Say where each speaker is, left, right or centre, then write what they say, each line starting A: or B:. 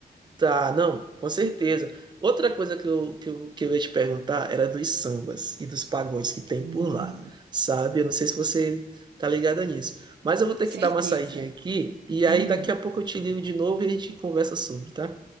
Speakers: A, on the right; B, on the right.
A: Tá, não, com certeza. Outra coisa que eu, que eu, que eu ia te perguntar era dos sambas e dos pagodes que tem
B: Uhum,
A: por lá, sabe? Eu não sei se você tá ligada nisso, mas eu vou ter
B: certeza.
A: que dar uma saidinha aqui e
B: Uhum.
A: aí daqui a pouco eu te ligo de novo e a gente conversa sobre, tá?